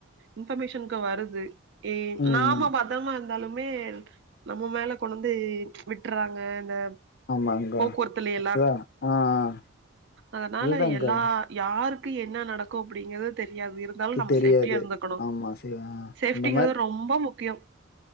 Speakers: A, on the right; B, on the left.
A: இன்பர்மேஷனுக்கு வருது ஏ
B: ம்
A: நாம
B: ம்
A: பத்தரமா இருந்தாலு மே நம்ம மேல கொண்டுவந்து விட்டறாங்க இந்த
B: ஆமாங்கா
A: போக்குவரத்துல எல்லா
B: அதா ஆ ஆ
A: அதனால
B: அதுதாங்கா
A: எல்லா யாருக்கு என்ன நடக்கும் அப்டிங்கிறது தெரியாது இரு இருந்தாலும்
B: க்கு
A: நம்ம
B: தெரியாது
A: சேஃப்டியா இருந்துக்கணும்
B: ஆமா சரி ஆ
A: சேஃப்டிங்கிறது
B: அந்த
A: ரொம்ப முக்கியம்